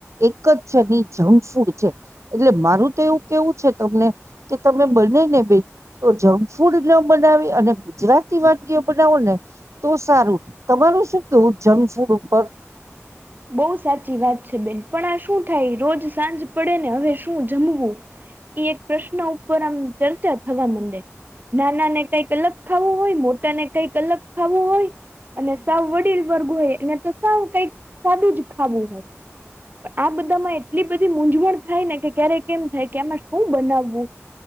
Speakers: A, on the right; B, on the right.
A: એક જ છે જંક ફૂડ છે એટલે મારું તો એવું કેવું છે તમને કે તમે બને ને બે તો જંક ફૂડ બને બનાવી અને ગુજરાતી વાનગ્ય બનાવો ને તો સારું તમારું શું કવું જંક ફૂડ ઉપર
B: <inaudible> બહુ સાચી વાત છે બેન પણ આ શું થાય રોજ સાંજ પડે ને હવે શું જમવું એક પ્રશ્ન ઉપર આમ ચર્ચા થવા માંડે નાના ને કઈક અલગ ખાવું હોય મોટા ને કઈક અલગ ખાવો હોય અને સાવ વડીલ વર્ગ હોય અને તો સાવ કઈક સાદું જ ખાવું હોય આ બધામાં એટલી બધી મૂંઝવણ થાય ને કે ક્યારે કેમ થાય કે એમાં શું બનાવવું